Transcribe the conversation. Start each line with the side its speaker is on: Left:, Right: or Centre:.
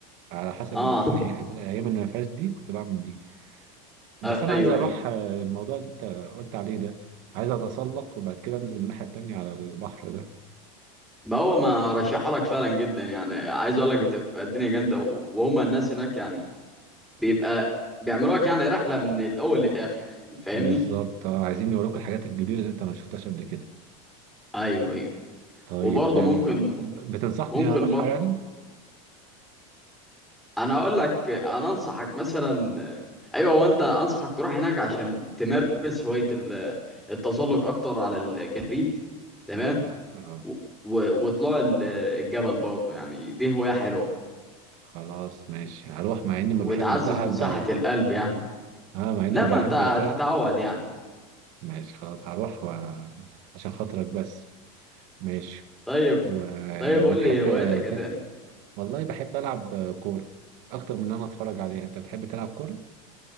Right: على حسب
Centre: آه
Right: ال- الأي- الايام اللي ما فيهاش دي كنت بعمل دي بس
Centre: أيوه
Right: انا عايز اروح
Centre: أيوه
Right: آه، الموضوع اللي انت قلت عليه ده عايز اتسلق وبعد كده انزل الناحيه التانيه على البحر ده
Centre: ما هو ما رشحها لك فعلا جدا يعني عايز أقول لك بتبقى الدنيا جامدة و- وهما الناس هناك يعني بيبقى بيعملوا لك يعني رحلة من الأول للآخر فاهمني؟
Right: بالظبط آه، عايزين نوروك الحاجات الجديده اللي انت ما شفتهاش قبل كده
Centre: أيوه أيوه
Right: طيب
Centre: وبرضه
Right: آه،
Centre: ممكن
Right: ب- بتنصحني
Centre: ممكن
Right: اروحها
Centre: برضه
Right: يعني
Centre: انا اقول لك انا انصحك مثلا ايوه وانت انصحك تروح هناك عشان تمارس هوايه ال- التزلج
Right: بس-
Centre: اكتر على الجليد تمام
Right: ايوه اه
Centre: و- و- وطلوع ال- الجبل برضه يعني دي هوايه حلوه
Right: خلاص ماشي هروح مع اني ما
Centre: وبتعزز
Right: بحبش دهب
Centre: من صحه
Right: بقى.
Centre: القلب يعني
Right: اه مع
Centre: لا
Right: اني ما
Centre: ما
Right: بحبش
Centre: انت هتتعود
Right: دهب
Centre: يعني
Right: ماشي خلاص هروح و... عشان خاطرك بس ماشي
Centre: طيب
Right: وبتحب
Centre: طيب قول لي هواياتك ايه تاني
Right: ت... والله بحب العب كورة اكتر من ان انا اتفرج عليها انت بتحب تلعب كورة